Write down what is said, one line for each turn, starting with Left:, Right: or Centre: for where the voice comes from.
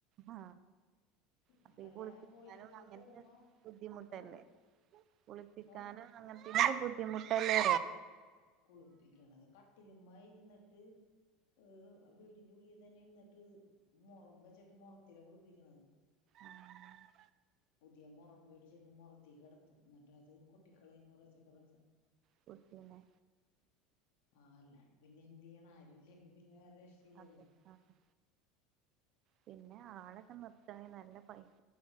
Right: ആ
Left: പിന്നെ
Right: അപ്പോ
Left: വല്ല
Right: ഈ കുളിപ്പിക്കാനും
Left: മോളിലേക്കൊക്കെ
Right: അങ്ങനൊക്കെ
Left: പോകുമ്പോ
Right: ബുദ്ധിമുട്ടല്ലേ
Left: ഓ
Right: കുളിപ്പിക്കാനും
Left: ഓ
Right: അങ്ങന <unintelligible> ബുദ്ധിമുട്ടല്ലേ?
Left: കുളിപ്പിക്ക്ണേ കട്ടിലിമ്മേ ഇര്ന്ന് അഅ് വീടിൻ്റെ ഉള്ളിൽ വെച്ചന്നെ ഇര്ന്നട്ട് മൊറം വെച്ചിട്ട് മൊറത്തിലാ കുളിപ്പിക്ക്ണത്.
Right: ആഹ്
Left: പുതിയ മൊറം വേടിച്ചിട്ട് മൊറത്തില് കെടത്തും. എന്ന്ട്ടത് കൊട്ടിക്കളയും കൊറേശ്ശെ കൊറേശ്ശെ.
Right: കുട്ടിനെ
Left: ആ അല്ലാണ്ടെ പിന്നെ എന്തിയ്യണം ആരും ഇല്ലെങ്കി പിന്നെ രക്ഷയില്ലല്ലോ
Right: അതേ അഹ് പിന്നെ ആളൊക്കെ നിർത്തണ <unintelligible> നല്ല പൈ